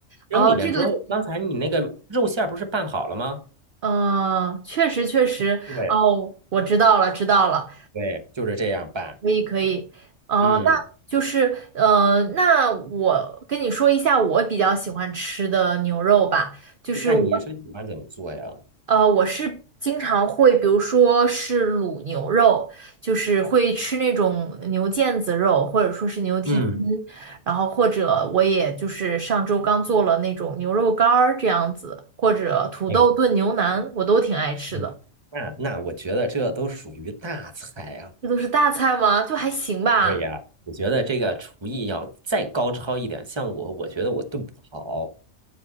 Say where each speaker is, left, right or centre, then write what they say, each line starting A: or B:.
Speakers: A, on the right; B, on the right.
A: 扔里边之后，
B: 哦，这个
A: 刚才你那个肉馅儿不是拌好了吗？
B: 嗯，确实确实哦，
A: 对，
B: 我知道了知道了，
A: 对，就是这样办。
B: 可以可以哦，
A: 嗯，
B: 那就是嗯，那我跟你说一下我比较喜欢吃的牛肉吧，就是我
A: 那你是喜欢怎么做呀？
B: 呃，我是经常会，比如说是卤牛肉，就是会吃那种牛腱子肉，或者说是牛蹄筋，
A: 嗯，
B: 然后或者我也就是上周刚做了那种牛肉干儿这样子，或者土豆炖牛腩，
A: 哎，
B: 我都挺爱吃的。
A: 嗯那那我觉得这都属于大菜啊。
B: 这都是大菜吗？就还行吧。
A: 对呀，我觉得这个厨艺要再高超一点，像我，我觉得我炖不好。